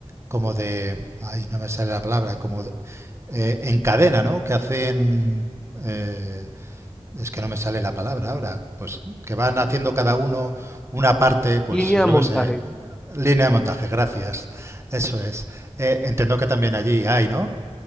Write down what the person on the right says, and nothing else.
como de, ay, no me sale la palabra, como de- eh, en cadena, ¿no? Que hacen, eh, es que no me sale la palabra ahora, pues que van haciendo cada uno una parte, pues
yo
qué sé, línea de montaje, gracias, eso es. Eh, entiendo que también allí hay, ¿no?